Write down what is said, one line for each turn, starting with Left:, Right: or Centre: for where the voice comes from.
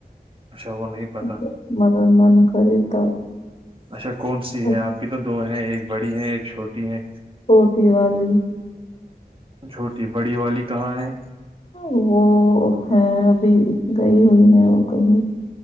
Right: اچھا وہ نہیں پتا
Left: جب من کرے تب
Right: اچھا کون سی
Left: تک
Right: ہے آپ کی تو دو ہیں ایک بڑی ہے ایک چھوٹی ہے
Left: چھوٹی والی
Right: چھوٹی بڑی والی کہاں ہے
Left: وہ ہے ابھی گئی ہوئی ہے وہ کہیں